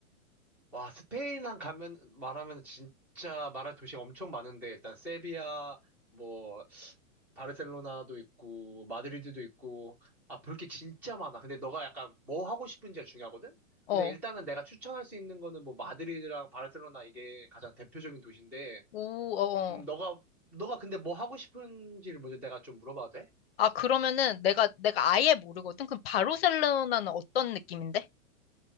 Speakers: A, in the centre; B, on the left.
A: 와, 스페인 한 가면, 말하면 진짜 말할 도시가 엄청 많은데, 일단 세비야, 뭐, 바르셀로나도 있고, 마드리드도 있고, 아, 볼 게 진짜 많아. 근데 너가 약간 뭐 하고 싶은지가 중요하거든?
B: 어.
A: 근데 일단은 내가 추천할 수 있는 거는 뭐, 마드리드랑 바르셀로나 이게 가장 대표적인 도시인데,
B: 오, 어,
A: 음,
B: 어.
A: 너가, 너가 근데 뭐 하고 싶은지를 먼저 내가 좀 물어봐도 돼?
B: 아, 그러면은 내가 내가 아예 모르거든. 그럼 바르셀로나는 어떤 느낌인데?